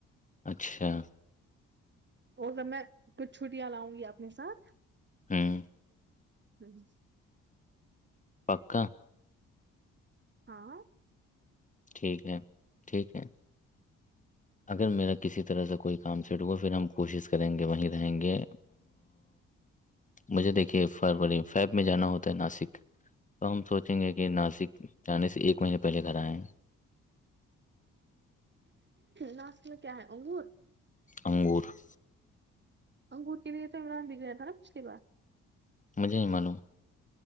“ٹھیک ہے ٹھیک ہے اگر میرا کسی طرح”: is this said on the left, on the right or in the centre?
Left